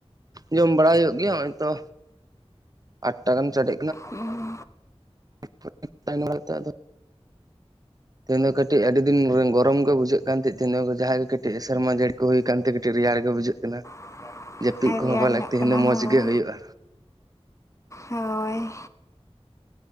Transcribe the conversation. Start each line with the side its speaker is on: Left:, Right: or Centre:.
Right: ᱡᱚᱢ ᱵᱟᱲᱟᱟᱭ ᱦᱩᱭᱩᱜ ᱜᱮᱭᱟ ᱦᱚᱜᱼᱚᱭ ᱛᱚ ᱟᱴ ᱴᱟ ᱜᱟᱱ ᱥᱟᱰᱮ
Left: ᱦᱮᱸ
Right: <unintelligible> ᱛᱮᱦᱧ ᱫᱚ ᱠᱟᱹᱴᱤᱡ ᱟᱹᱰᱤ ᱫᱤᱱ ᱜᱚᱨᱚᱢ ᱜᱮ ᱵᱩᱡᱷᱟᱹᱜ ᱠᱟᱱ ᱛᱟᱦᱮᱸᱧ ᱡᱟᱦᱟᱸᱭᱜᱮ ᱠᱟᱹᱴᱤᱡ ᱥᱮᱨᱢᱟ ᱡᱟᱹᱲᱤ ᱠᱚ ᱦᱩᱭ ᱠᱟᱱ ᱛᱮ ᱠᱟᱹᱴᱤᱡ ᱨᱮᱭᱟᱲ ᱜᱮ ᱵᱩᱡᱷᱟᱹᱜ ᱠᱟᱱᱟ᱾
Left: <unintelligible>
Right: ᱡᱟᱹᱯᱤᱫ ᱠᱚᱦᱚᱸ ᱯᱟᱞᱮ
Left: ᱧᱚᱜ
Right: ᱛᱤᱦᱤᱧ
Left: ᱠᱟᱱᱟ
Right: ᱫᱚ ᱢᱚᱸᱡᱽ
Left: ᱦᱳᱭ
Right: ᱜᱮ ᱦᱩᱭᱩᱜᱼᱟ᱾
Left: ᱦᱳᱭ